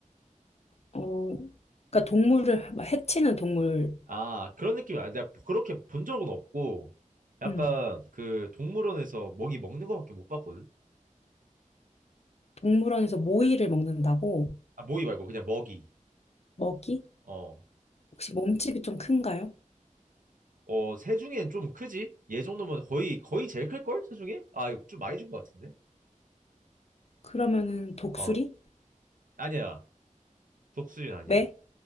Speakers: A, on the left (about 50°); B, on the right (about 80°).
A: 어, 그러니까 동물을 막 해치는 동물인가요?
B: 아, 그런 느낌이야. 내가 그렇게 본 적은 없고 약간
A: 음,
B: 그 동물원에서 먹이 먹는 거밖에 못 봤거든.
A: 동물원에서 모이를 먹는다고
B: 아, 모이 말고 그냥 먹이.
A: 먹이?
B: 어.
A: 혹시 몸집이 좀 큰가요?
B: 어, 새 중엔 좀 크지? 얘 정도면 거의 거의 제일 클 걸? 새 중에? 아, 이거 좀 많이 준 것 같은데.
A: 그러면은 독수리?
B: 어. 아니야. 독수리는 아니야.
A: 매?